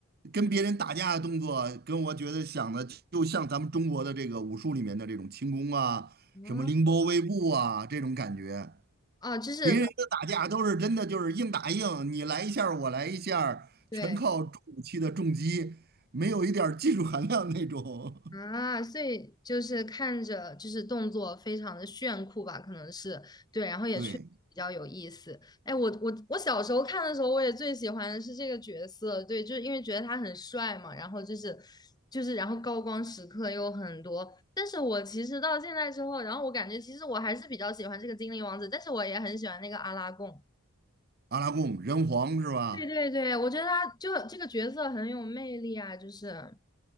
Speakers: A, on the right; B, on the left.
A: 跟别人打架的动作，跟我觉得想的就像咱们中国的这个武术里面的这种轻功啊，
B: 啊
A: 什么凌波微步啊这种感觉。
B: 啊，就是反
A: 别人的打架都是真的，就是硬打硬，你来一下儿我来一下儿全靠重武器的重击，
B: 对
A: 没有一点儿技术含量那种。
B: 啊，所以就是看着就是动作非常的炫酷吧，可能是对，然后也确实比较有意思。
A: <laughs> 对，
B: 哎，我我我小时候看的时候，我也最喜欢的是这个角色，对，就是因为觉得他很帅嘛，然后就是就是然后高光时刻又很多。但是我其实到现在之后，然后我感觉其实我还是比较喜欢这个精灵王子，但是我也很喜欢那个阿拉贡。
A: 阿拉贡人皇是吧？
B: 对对对，我觉得他就这个角色很有魅力啊，就是